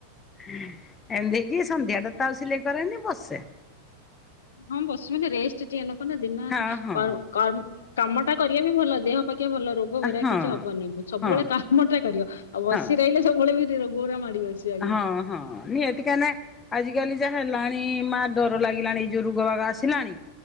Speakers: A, on the left (about 20°); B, on the left (about 65°).
A: ଏମିତି ହେଇ କି ସନ୍ଧ୍ୟା ଟା ତ ଆଉ ସିଲେଇ କରେନି ବସେ।
B: ହଁ ବସିବେ ନା ରେଷ୍ଟ୍ ଟିକେ ନବନା ଦିନ ଯାକ
A: ହଁ ହଁ
B: କର୍ମ -କର୍ମ- କାମ ଟା କରିବା ବି ଭଲ। ଦେହ ପକ୍ଷେ ଭଲ ରୋଗ ବୈରାଗ
A: ହଁ
B: କିଛି ହବନି ସବୁବେଳେ
A: ହଁ
B: କାମଟା କରିବ। ଆଉ ବସି
A: ହଁ
B: ରହିଲେ ସବୁବେଳେ ବି ରୋଗ ଗୁଡା ମାଡ଼ି ବସିବ। ଆଗେ
A: ହଁ- ହଁ ନିହାତି କାଇଁକିନା ଆଜିକାଲି ଯାହା ହେଲାଣି ମା ଡର ଲାଗିଲାଣି ଏଯଉ ରୋଗ ବାଗ ଆସିଲାଣି।